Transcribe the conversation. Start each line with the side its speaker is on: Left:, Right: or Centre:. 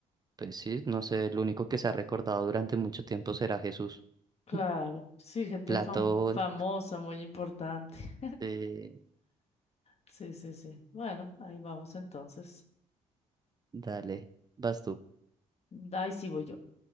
Right: pues sí, no sé, el único que se ha recordado durante mucho tiempo será Jesús,
Left: Claro,
Right: <laughs>
Left: sí, gente
Right: Platón.
Left: fam- famosa, muy importante.
Right: eh,
Left: Sí, sí, sí. Bueno, ahí vamos entonces.
Right: Dale, vas tú.
Left: Ahí sí voy yo.